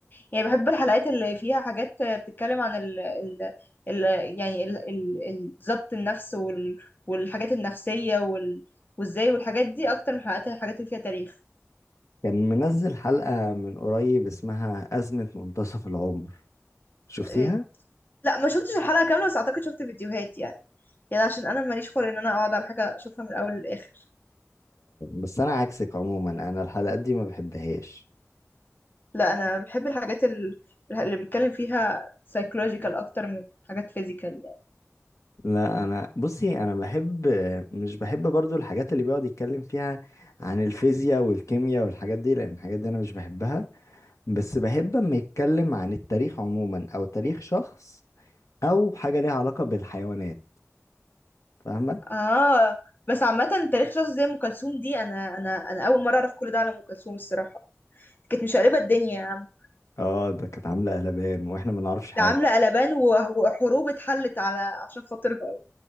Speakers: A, on the left; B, on the left.
A: يعني بحب الحلقات اللي فيها حاجات بتتكلم عن ال ال ال يعني ال ال ال- ضبط النفس وال والحاجات النفسية وال وازاي والحاجات دي اكتر من حلقات الحاجات اللي فيها تاريخ
B: كان منزل حلقة من قريب اسمها أزمة منتصف العمر شفتيها؟
A: إيه، لا ما شفتش الحلقة كاملة بس اعتقد شفت فيديوهات يعني يعني عشان انا ماليش خلق ان انا اقعد على حاجة اشوفها من الاول للاخر
B: بس أنا عكسك عموما أنا الحلقات دي ما بحبهاش
A: لا انا بحب الحاجات ال- اللي بيتكلم فيها psychological اكتر من حاجات physical يعني
B: لا أنا بصي أنا بحب مش بحب برضو الحاجات اللي بيقعد يتكلم فيها عن الفيزياء والكيمياء والحاجات دي لأن الحاجات دي أنا مش بحبها بس بحب أما يتكلم عن التاريخ عموما أو تاريخ شخص أو حاجة ليها علاقة بالحيوانات فاهمة؟
A: اه بس عامة تاريخ شخص زي ام كلثوم دي انا انا انا اول مرة اعرف كل ده على ام كلثوم الصراحة كانت مشقلبة الدنيا يا عم
B: اه ده كانت عاملة قلبان واحنا ما نعرفش حاجة
A: ده عاملة قلبان و- وحروب اتحلت على عشان خاطرها